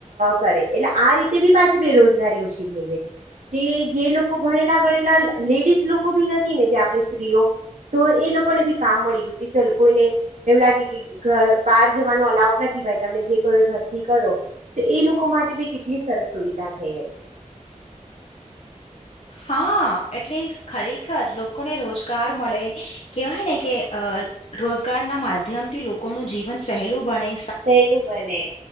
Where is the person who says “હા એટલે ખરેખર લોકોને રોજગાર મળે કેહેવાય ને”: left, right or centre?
Left